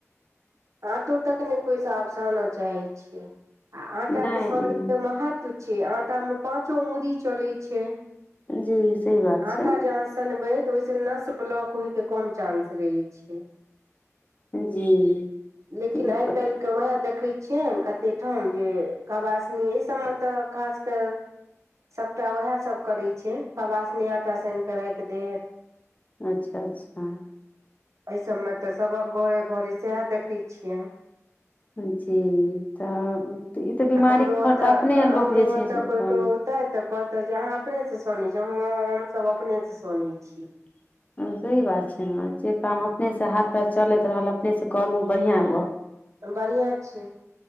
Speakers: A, on the right; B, on the left.
A: आंटो तक नहि कोइ सा आब सानऽ चाहे छै आ आंटा तऽ
B: नहि
A: के सनइ के महत्व छियै, आंटा में पाँचो उॅंगरी चलै छै
B: जी सही बात
A: आंटा
B: छै
A: जे अहाॅं सनबइ तऽ ओहिसे नस ब्लॉक होय के कम चांस रहे छै।
B: जी
A: लेकिन
B: तऽ
A: आइ कालि के उएह देखै छियनि कते ठाम जे खवासनी एहि सबमे तऽ खास के सभटा ओएह सभ करै छै खबासनी आटा सानि कऽ राखि देत
B: अच्छा अच्छा
A: एहि सभमे तऽ सबक घरे घरे सएह देखै छियनि
B: जी तऽ ई तऽ बीमारीके
A: हमरो ओतऽ
B: फर तऽ अपने
A: हमरो
B: लोक जे छै
A: ओतऽ
B: से उत्पन्न
A: कोइ कोइ औतै तऽ कहते जे अहाँ अपने से सनै छीयै हॅं हमसभ अपने सऽ सनै छियै।
B: <inaudible> ह सही बात छै ने जे काम अपने से हाथ पैर चलैत रहल अपनेसँ करू बढ़िआँ गप
A: बढ़ियां छै